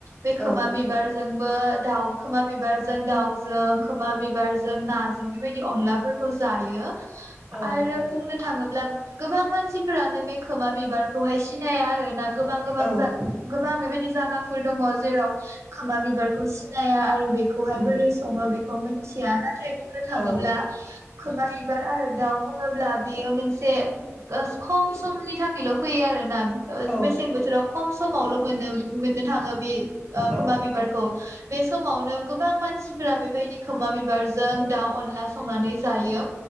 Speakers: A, on the right (about 70°); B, on the left (about 20°).
A: बे खोमा
B: औ
A: बिबारजोंबो दाउ खोमा बिबारजों दाउजों खोमा बिबारजों नाजों बेबायदि अनलाफोर खौ जायो।
B: औ
A: आरो
B: नंगौ
A: बुंनो थाङोब्ला गोबां मानसिफोरानो बे खोमा बिबारखौहाय सिनाया आरो ना गोबां गोबां
B: औ
A: जा गोबां बेबायदि जा दङ जेराव खोमा बिबारखौ सिनाया आरो बेखौहाय
B: उम
A: बोरै सङो बेखौ मि थिया ना थाय बुंनो थाङोब्ला
B: औ
A: खोमा बिबार आरो दाउ दा बेयो मोनसे खम समनि थाखाय ल' फैयो आरोना ओ
B: औ
A: मेसें बोथोराव खम समावल' मोनो मोननो थाङो बे ओ खोमा
B: औ
A: बिबारखौ बे समावनो गोबां मानसि मानसिफोरा बेबायदि खोमा बिबारजों दाउ अनला संनानै जायो